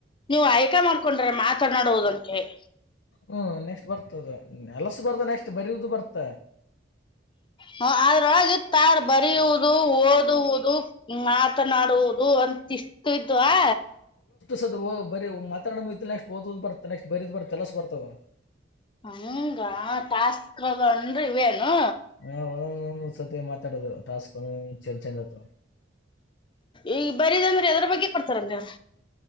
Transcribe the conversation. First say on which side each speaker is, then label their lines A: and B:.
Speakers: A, on the left; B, on the left.
A: ನೀವು ಆಯ್ಕೆ ಮಾಡ್ಕೊಂಡ್ರೆ ಮಾತಾನಾಡುವುದಂತೆಳ್
B: ಹ್ಮ್ ಬರ್ತದ ಎಲ್ಲಸು ಬರ್ತ ನೆಕ್ಸ್ಟ್ ಬರಿಯುದು ಬರ್ತ.
A: ಹ ಅದ್ರೊಳಗೆ ತಾರ್ ಬರೆಯುವುದು ಓದುವುದು, ಮಾತನಾಡುವುದು ಅನ್ ಚಷ್ಟತುತು ಆ
B: ಸ ಬರಿ ಮಾತಡೋ ಮು ನೆಕ್ಸ್ಟ್ ಓದ್ ಬರ್ತ ನೆಕ್ಸ್ಟ್ ಬರೀದ ಬರ್ ಕೆಲಸ ಬರ್ತವೆ
A: ಹಂಗ ಟಾಸ್ಕ್ದನ್ರಿ ಇವೇನು
B: ಹಾ ಸತಿ ಮಾತಾಡೋದು ಟಾಸ್ಕ್ ಒ ಚ ಚಜ್ ಆತ
A: ಈಗ ಬರಿದಂದ್ರೆ ಎದ್ರ ಬಗ್ಗೆ ಕೊಡ್ತಾರ ನೀವ್ರ